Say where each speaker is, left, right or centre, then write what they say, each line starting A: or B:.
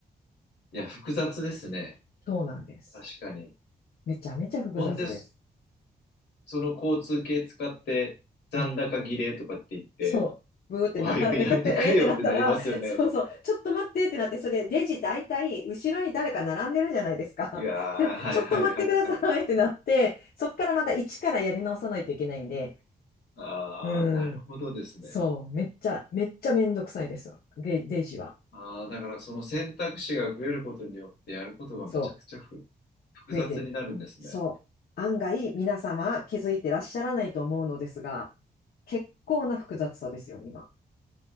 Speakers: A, on the left; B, on the left.
A: いや、複雑ですね。
B: そうなんです。
A: 確かに。
B: めちゃめちゃ複雑です。
A: ほんです。その交通系使って残高儀礼とかって言って、
B: うん。そう。ブーってな、
A: おいおいやめてくれよってなりますよね。
B: <laughs> えーってなったら、そうそう、ちょっと待ってってなって、それレジ大体後ろに誰か並んでるじゃないですか。
A: いやー、
B: <laughs>
A: はいはいはいはい。
B: ちょっと待ってくださいってなって、そっからまた一からやり直さないといけないんで、
A: ああ、
B: うん。
A: なるほどですね。
B: そう。めっちゃ、めっちゃめんどくさいですよ。レ、レジは。
A: ああ、だからその選択肢が増えることによってやることがめちゃくちゃふ複雑になるんですね。
B: そう。増えてる。そう。案外皆様気づいてらっしゃらないと思うのですが、結構な複雑さですよ、今。